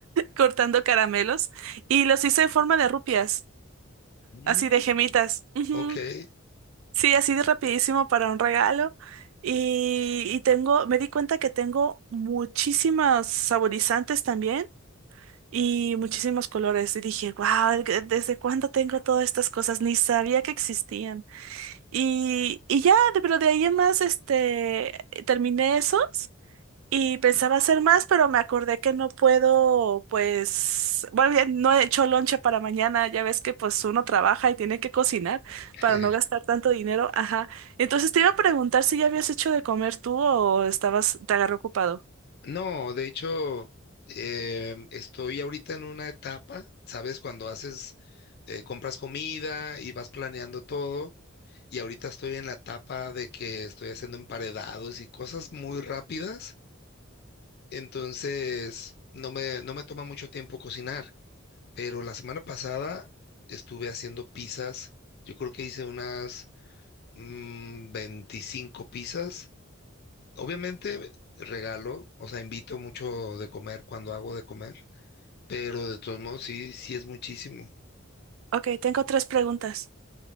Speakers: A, on the right; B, on the left.
A: cortando caramelos y los hice en forma de rupias,
B: Mm.
A: así de gemitas. Ujú.
B: Ok.
A: Sí, así de rapidísimo para un regalo. Y, y tengo, me di cuenta que tengo muchísimos saborizantes también y muchísimos colores. Y dije, wow, ¿desde cuándo tengo todas estas cosas? Ni sabía que existían. Y, y ya, de- pero de ahí en más, este, terminé esos. Y pensaba hacer más, pero me acordé que no puedo, pues, bueno, ya no he hecho lonche para mañana, ya ves que pues uno trabaja y tiene que cocinar
B: <laughs>
A: para no gastar tanto dinero, ajá. Entonces te iba a preguntar si ya habías hecho de comer tú o estabas, te agarró ocupado.
B: No, de hecho, em, estoy ahorita en una etapa, ¿sabes? Cuando haces, eh, compras comida y vas planeando todo. Y ahorita estoy en la etapa de que estoy haciendo emparedados y cosas muy rápidas. Entonces, no me, no me toma mucho tiempo cocinar, pero la semana pasada estuve haciendo pizzas. Yo creo que hice unas mm, 25 pizzas. Obviamente regalo, o sea, invito mucho de comer cuando hago de comer, pero de todos modos sí, sí es muchísimo.
A: Ok, tengo tres preguntas.